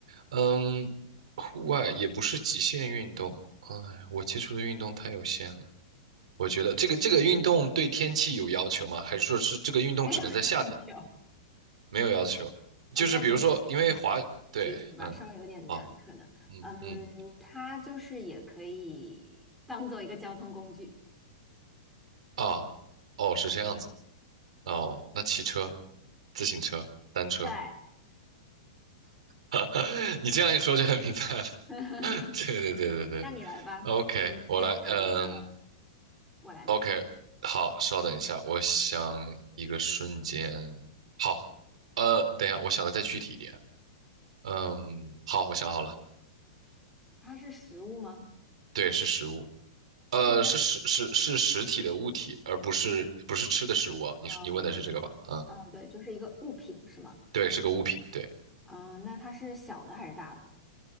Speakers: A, on the right; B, in the centre.
A: 嗯，户外也不是极限运动。哎，我接触的运动太有限了。我觉得这个这个运动对天气有要求吗？还是说是这个运动只能在夏天？
B: 没有 <laughs> 要求。
A: 没有要求，
B: 我再给你一点
A: 就是比如说，因为滑，对，
B: 提示吧，
A: 嗯，
B: 稍微有点难，
A: 好，
B: 可能，
A: 嗯嗯，
B: 嗯，它就是也可以当做一个交通工具。
A: 啊，哦，是这样子，哦，那骑车。自行车、单车。
B: 对，
A: <laughs> 你这样一说就很明白了。
B: <laughs>
A: <laughs> 对对对对对
B: 那你来吧，
A: ，OK，
B: 你你先想一个，
A: 我来，嗯
B: 我来猜，
A: ，OK，好，稍等一下，我想一个瞬间，好，呃，等一下，我想的再具体一点，嗯，好，我想好了，
B: 它是食物吗？
A: 对，是食物，呃，
B: 是一道，
A: 是实是是实体的物体，而不是不是吃的食物啊，你你问的是这个吧？
B: 嗯
A: 嗯，
B: 嗯，对，就是一个物品是吗？
A: 对，是个物品，对，
B: 嗯，那它是小的还是大的？